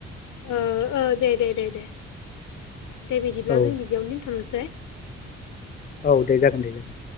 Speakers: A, on the left; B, on the left.
A: ओ ओ दे दे दे दे। दे बिदिब्ला
B: औ
A: जों बिदियावनो दोनथ'नोसै।
B: औ दे जागोन दे जागोन।